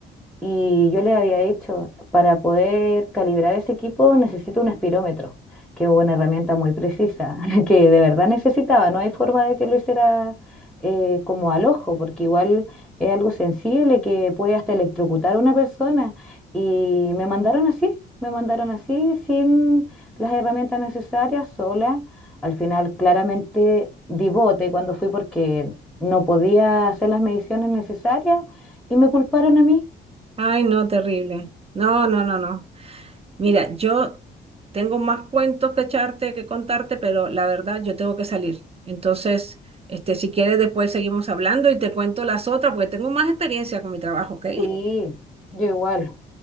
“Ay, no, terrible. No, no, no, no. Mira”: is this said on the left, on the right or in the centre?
Right